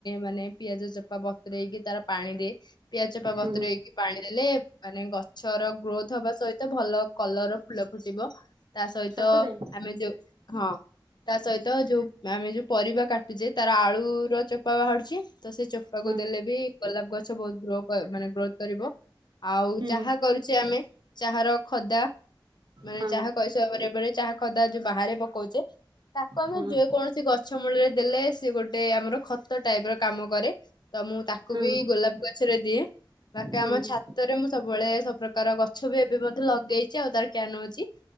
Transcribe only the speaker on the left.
ମାନେ ପିଆଜ ଚୋପା ବ ବତୁରେଇକି ତାର ପାଣି ଦିଏ ପିଆଜ ଚୋପା ବତରେଇକି
ପାଣି ଦେଲେ ମାନେ ଗଛର ଗ୍ରୋଥ ହବା ସହିତ ଭଲ କଲର ର ଫୁଲ ଫୁଟିବ। ତା ସହିତ
ଆମେ ଯୋଉ ହଁ ତା ସହିତ ଯୋଉ ଆମେ ଯୋଉ ପରିବା କାଟୁଛେ ତାର ଆଳୁର ର ଚୋପା ବାହାରୁଛି ତ ସେ ଚୋପାକୁ
ଦେଲେ ବି ଗୋଲାପ ଗଛ ବହୁତ ଗ୍ରୋ ମାନେ ଗ୍ରୋଥ କରିବ। ଆଉ
ଚାହା
କରୁଛେ ଆମେ ଚାହାର ଖଦା ମାନେ
ଚାହା କସିବା ପରେ ପରେ ଚାହା ଖଦା ଯୋଉ ବାହାରେ ପକଉଛେ ତାକୁ ଆମେ
ଯେ କୌଣସି ଗଛ ମୂଳରେ ଦେଲେ ସେ ଗୋଟେ ଆମର ଖତ ଟାଇପ ର କାମ କରେ ତ ମୁଁ ତାକୁ କୋବି
ଗୋଲାପ ଗଲା ସେରେ ଦିଏ ବାକି
ଆମ
ଛାତରେ ମୁଁ ସବୁବେଳେ ସବୁପ୍ରକାର ଗଛ ବି ଏବେ ମଧ୍ୟ ଲଗେଇଛି ଆଉ ତାର କେୟାର ନଉଛି